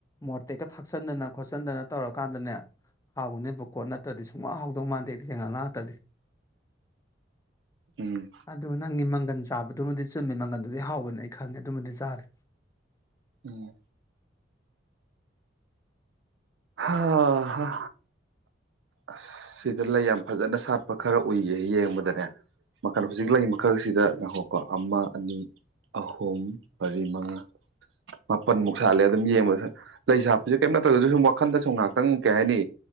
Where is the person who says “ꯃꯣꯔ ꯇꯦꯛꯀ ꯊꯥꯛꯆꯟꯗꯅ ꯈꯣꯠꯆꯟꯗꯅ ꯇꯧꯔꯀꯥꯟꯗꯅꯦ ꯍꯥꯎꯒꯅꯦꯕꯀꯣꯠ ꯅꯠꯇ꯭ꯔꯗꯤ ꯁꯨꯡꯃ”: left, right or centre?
Left